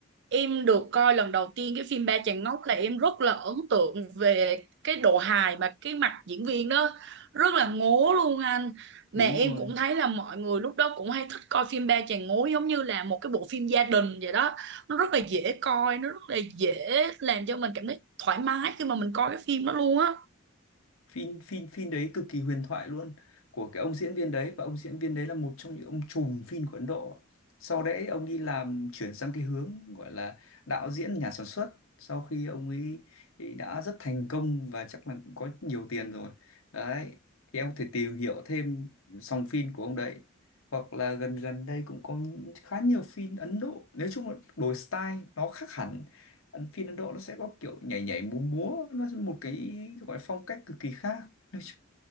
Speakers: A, on the right; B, on the left.
A: em được coi lần đầu tiên cái phim Ba Chàng Ngốc là em rất là ấn tượng về cái độ hài mà cái mặt diễn viên đó rất là ngố luôn anh mà
B: đúng
A: em
B: rồi
A: cũng thấy là mọi người lúc đó cũng hay thích coi phim Ba Chàng Ngố giống như là một cái bộ phim gia đình vậy đó nó rất là dễ coi nó rất là dễ làm cho mình cảm thấy thoải mái khi mà mình coi cái phim đó luôn á
B: phim phim phim đấy cực kỳ huyền thoại luôn của cái ông diễn viên đấy và ông diễn viên đấy là một trong những ông trùm phim của Ấn Độ sau đấy ông đi làm chuyển sang cái hướng gọi là đạo diễn nhà sản xuất sau khi ông ấy ấy đã rất thành công và chắc là cũng có nhiều tiền rồi đấy thì em có thể tìm hiểu thêm dòng phim của ông đấy hoặc là gần gần đây cũng có khá nhiều phim Ấn Độ nói chung là đổi style nó khác hẳn Ấn phim Ấn Độ nó sẽ có kiểu nhảy nhảy múa múa nó là một cái gọi là phong cách cực kỳ khác <laughs> Nói chung,